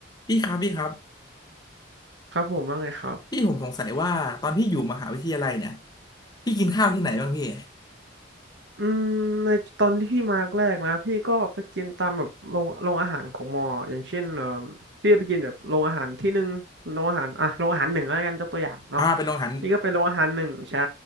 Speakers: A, on the left (about 20°); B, on the right (about 65°).
A: พี่ครับพี่ครับ
B: ครับผมว่าไงครับ
A: พี่ผมสงสัยว่าตอนพี่อยู่มหาวิทยาลัยเนี่ยพี่กินข้าวที่ไหนบ้างพี่
B: อืมในตอนที่พี่มาแรกนะพี่ก็ไปกินตามแบบโรงโรงอาหารของมออย่างเช่นเออพี่ไปกินแบบโรงอาหารที่หนึ่งโรงอาหารอ่ะโรงอาหารหนึ่งแล้วกันยกตัวอย่างเนาะ
A: อ่าเป็นโรงอาหาร
B: นี่ก็เป็นโรงอาหารหนึ่งใช่